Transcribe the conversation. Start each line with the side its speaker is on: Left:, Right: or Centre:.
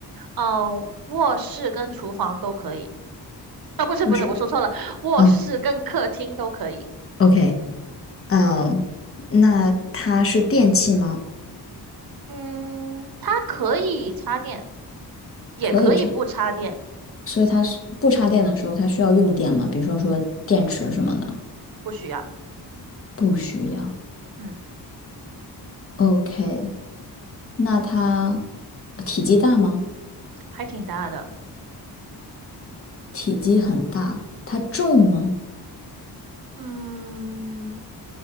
Right: 哦，卧室跟厨房都可以。哦，不是不是，
Left: 不是。
Right: 我说错了，卧室跟客厅都可以。
Left: 嗯，OK，嗯，那它是电器吗？
Right: 嗯，它可以插电，也可以不插电，
Left: 可以尝。所以它是不插电的时候，它需要用电吗？比如说说电池什么的，
Right: 不需要。
Left: 不需要。
Right: 嗯，
Left: OK，那它体积大吗？
Right: 还挺大的。
Left: 体积很大，它重吗
Right: 嗯，